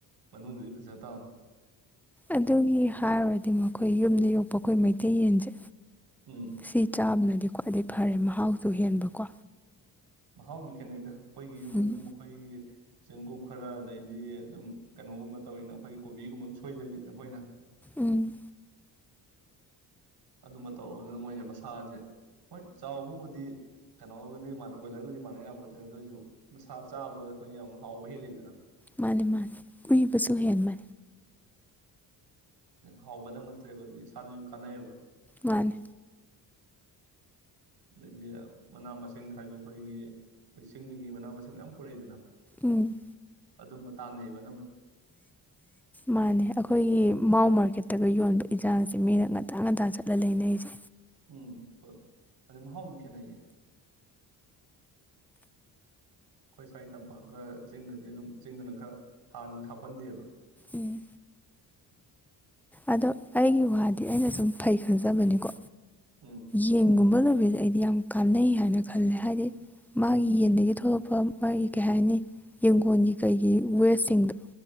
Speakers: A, on the right; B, in the centre.
A: ꯃꯅꯨꯡꯗꯗꯨꯗꯤ ꯐꯖ ꯇꯥꯝꯃꯦ
B: ꯑꯗꯨꯒꯤ ꯍꯥꯏꯔꯨꯔꯗꯤ ꯃꯈꯣꯏ ꯌꯨꯝꯗ ꯌꯣꯛꯄ ꯑꯩꯈꯣꯏ ꯃꯩꯇꯩ ꯌꯦꯟꯁꯦ
A: ꯎꯝ
B: ꯁꯤ ꯆꯥꯕꯅꯗꯤ ꯈ꯭ꯋꯥꯏꯗꯩ ꯐꯔꯦ ꯃꯍꯥꯎꯁꯨ ꯍꯦꯟꯕꯀꯣ
A: ꯍꯥꯎꯁꯨ ꯈꯦꯠꯅꯩꯗ ꯑꯩꯈꯣꯏꯒꯤ ꯌꯨꯝꯗ
B: ꯎꯝ
A: ꯑꯗꯨꯝ ꯑꯩꯈꯣꯏꯒꯤ ꯆꯦꯡꯀꯨꯞ ꯈꯔ ꯑꯗꯩꯗꯤ ꯑꯗꯨꯝ ꯀꯩꯅꯣꯒꯨꯝꯕ ꯇꯧꯔꯤꯅ ꯑꯩꯈꯣꯏꯒꯤ ꯀꯣꯕꯤꯒꯨꯝꯕ ꯁꯣꯏꯍꯜꯂꯤꯅ ꯑꯩꯈꯣꯏꯅ <inaudible>
B: ꯎꯝ
A: ꯑꯗꯨꯝꯕ ꯇꯧꯔꯕꯅꯤꯅ ꯃꯣꯏꯁꯦ ꯃꯁꯥꯁꯦ ꯍꯣꯏ ꯆꯥꯎꯕꯕꯨꯗꯤ ꯀꯩꯅꯣꯕꯨꯗꯤ ꯃꯥꯟꯅ ꯕꯣꯏꯂꯔꯒꯗꯤ ꯃꯥꯟꯅ ꯌꯥꯕꯣꯏꯗ꯭ꯔꯦ ꯑꯗꯨ ꯑꯣꯏꯁꯨ ꯃꯁꯥ ꯆꯥꯕꯗ ꯑꯩꯈꯣꯏ ꯌꯥꯝ ꯍꯥꯎꯕ ꯍꯦꯜꯂꯤꯗꯅ
B: ꯃꯥꯅꯤ ꯃꯥꯅꯦ ꯎꯏꯕꯁꯨ ꯍꯦꯟꯕꯅꯦ
A: ꯍꯥꯎꯕꯗꯪ ꯅꯠꯇ꯭ꯔꯦꯕ ꯑꯗꯨ ꯏꯁꯥꯗꯁꯨ ꯀꯥꯟꯅꯩꯑꯦꯕ
B: ꯃꯥꯅꯤ
A: ꯑꯗꯩꯗꯤ ꯃꯅꯥ ꯃꯁꯤꯡꯗ ꯍꯥꯏꯗꯤ ꯑꯩꯈꯣꯏꯒꯤ ꯑꯩꯈꯣꯏ ꯆꯤꯡꯗꯒꯤ ꯃꯅꯥ ꯃꯁꯤꯡ ꯃꯌꯥꯝ ꯄꯨꯔꯛꯏꯗꯅ
B: ꯎꯝ
A: ꯑꯗꯨꯝꯕ ꯇꯥꯟꯅꯩꯑꯦꯕ
B: ꯃꯟꯅꯦ ꯑꯩꯈꯣꯏꯒꯤ ꯃꯥꯎ ꯃꯥꯔꯀꯦꯠ <unintelligible> ꯌꯣꯟꯕ ꯏꯆꯥꯁꯦ ꯃꯤꯅ ꯉꯟꯇ ꯉꯟꯇ ꯆꯠꯂ ꯂꯩꯅꯩꯁꯦ꯫
A: ꯎꯝ ꯃ ꯃꯍꯥꯎꯗꯨ ꯈꯦꯠꯅꯩꯌꯦ ꯑꯩꯈꯣꯏ ꯁ꯭ꯋꯥꯏ ꯇꯝꯄꯥꯛꯀ ꯆꯤꯡꯒꯗꯤ ꯑꯗꯨꯝ ꯆꯤꯡꯗꯨꯅ ꯈꯔ ꯍꯥꯔ ꯅꯨꯡ ꯍꯥꯞꯀꯟꯗꯦꯕ꯫
B: ꯎꯝ ꯑꯗꯣ ꯑꯩꯒꯤ ꯋꯥꯗꯤ ꯑꯩꯅ ꯁꯨꯝ ꯐꯩ ꯈꯟꯖꯕꯅꯤꯀꯣ
A: ꯎꯝ
B: ꯌꯦꯟꯒꯨꯝꯕ ꯂꯣꯏ ꯑꯣꯏꯁꯦ ꯑꯩꯗꯤ ꯌꯥꯝ ꯀꯥꯟꯅꯩ ꯍꯥꯏꯅ ꯈꯜꯂꯦ ꯍꯥꯏꯗꯤ ꯃꯥꯒꯤ ꯌꯦꯟꯗꯒꯤ ꯊꯣꯛꯂꯛꯄ ꯃꯥꯒꯤ ꯀꯩ ꯍꯥꯏꯅꯤ ꯌꯦꯡꯒꯣꯟꯒꯤ ꯀꯩꯒꯤ ꯋꯦꯁꯁꯤꯡꯗꯣ